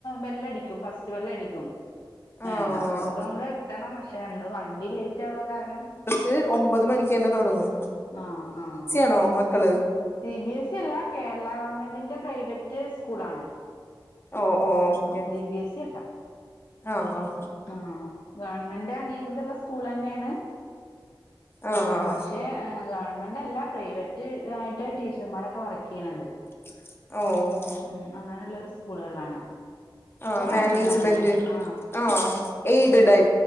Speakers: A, on the left; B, on the left.
A: ബെല്ലടിക്കും ഫസ്റ്റ് ബെല്ലടിക്കും
B: ആഹ്
A: ആ എന്താപ്പക്കെ നമ്മള് എത്തണം പക്ഷെ നമ്മള് വണ്ടി ലേയറ്റാവാ കാരണം
B: ഇത് ഒമ്പത് മണിക്കെന്നെ തൊടങ്ങും
A: ആഹ് ആഹ്
B: ണോ മക്കള്
A: സി ബി എസ് ഇ അല്ല കേരളാഗവൺമെന്റിന്റെ പ്രൈവറ്റ് സ്കൂളാണ്
B: ഓ ഓ okay
A: ആ C B S E അല്ല
B: ആഹ് ആഹ്
A: ആഹ് ഗവൺമെന്റ് അംഗീകൃതള്ള സ്കൂളെന്നെയാണ്
B: ആഹ്
A: ആ പക്ഷേ ഗവൺമെന്റല്ല പ്രൈവറ്റ് ആയിട്ടാ ടീ ച്ചർമ്മാരൊക്കെ വർക്കെയ്യണത്
B: ഓഹ്
A: ഉം അങ്ങനെയുള്ളരു സ്കൂളുകളാണ്
B: ആഹ്
A: കുറെ
B: മാനേജ്മെന്റ്
A: ഉണ്ടല്ലോ അങ്ങനെ ആഹ്
B: ആഹ് എയ്ഡഡ് ആയി